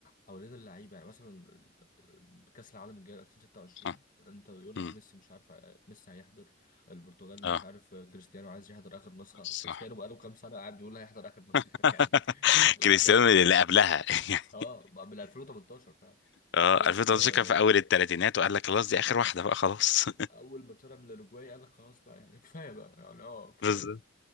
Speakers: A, on the left; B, on the left.
A: حوالين اللعيبه يعني مثلا ال- ال- كاس العالم الجاي 2026
B: صح
A: انت بيقول لك
B: مم.
A: ميسي مش عارف ميسي هيحضر البرتغال
B: اه
A: مش عارف كريستيانو عايز يحضر اخر نسخه
B: صح
A: كريستيانو بقاله كام سنه قاعد بيقول هيحضر اخر نسخه
B: <laughs>
A: <laughs> يعني لحد
B: كريستيانو اللي قبلها <laughs> يعني
A: اه من 2018 فعلا
B: اه
A: قال لك
B: 2013
A: آه،
B: كان في اول الثلاثينات وقال لك خلاص دي اخر واحده بقى خلاص
A: اول ما طلع من الاوروجواي قال لك خلاص بقى يعني <laughs> كفايه بقى يعني اه كفايه
B: <laughs> بالظبط